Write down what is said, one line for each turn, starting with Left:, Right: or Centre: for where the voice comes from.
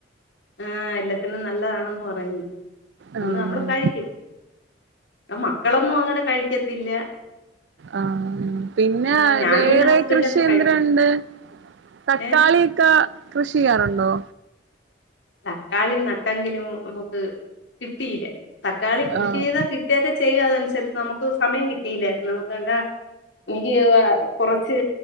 Left: ആഹ എല്ലാത്തിനും നല്ലതാണെന്ന് പറയുന്നു
Right: ആഹ്
Left: അന്ന് നമ്മള് കഴിക്കും അ മക്കളൊന്നും അങ്ങനെ കഴിക്കത്തില്ല..
Right: ആഹ ആ. പിന്നെ
Left: ആഹ് ഞാനും
Right: വേറെ
Left: എന്റെ ഹസ്ബൻഡൊക്കെ
Right: കൃഷി യെന്ത്രെണ്ട്..
Left: കഴിക്കും
Right: തക്കാളി
Left: ഏഹ്
Right: ഇക്ക കൃഷി ചെയ്യാറുണ്ടോ..
Left: തക്കാളി നട്ടെങ്കിലും മുക്ക് കിട്ടിയില തക്കാളി കൃഷി
Right: ആഹ്
Left: യ്താകി.. യൊക്കെ ചെയ്യുക അതനുസരിച്ച് നമുക്ക് സമയം കിട്ടിയില്ലായിരുന്നു നമുക്ക താ.. ഇഞ്ചിയോവ. കൊറച്ച്..